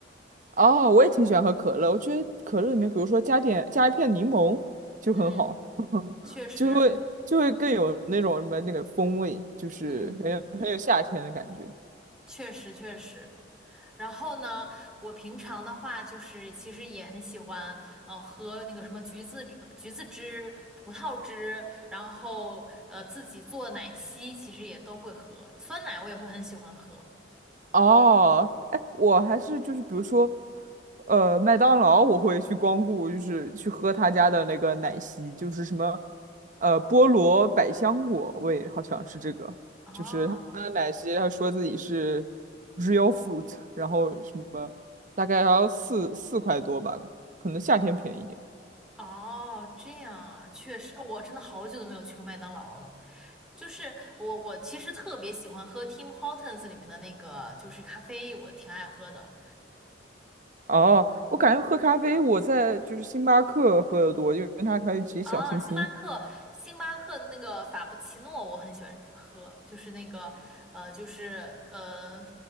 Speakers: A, on the right; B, in the centre.
A: 哦，我也挺喜欢喝可乐，我觉得可乐里面，比如说加点加一片柠檬就很好，
B: 嗯，
A: <laughs>
B: 确实，
A: 就会就会更有那种什么那个风味，就是很有很有夏天的感觉。
B: 嗯，确实确实。然后呢，我平常的话就是其实也很喜欢，呃，喝那个什么橘子呃橘子汁、葡萄汁，然后呃自己做奶昔，其实也都会喝。酸奶我也会很喜欢喝。
A: 哦，哎，我还是就是比如说，呃，麦当劳我会去光顾，就是去喝他家的那个奶昔，就是什么，呃，菠萝百香果味，好像是这个，
B: 哦
A: 就是他的奶昔，他说自己是 real fruit，然后什么大概要四四块多吧，可能夏天便宜一点。
B: 哦，这样啊，确实，哦我真的好久都没有去过麦当劳了。就是我我其实特别喜欢喝 Tim Hortons 里面的那个就是咖啡，我挺爱喝的。
A: 哦，我感觉喝咖啡我在就是星巴克喝的多，因为它可以挤小星星。
B: 哦，星巴克，星巴克的那个法布奇诺我很喜欢喝，就是那个呃，就是呃，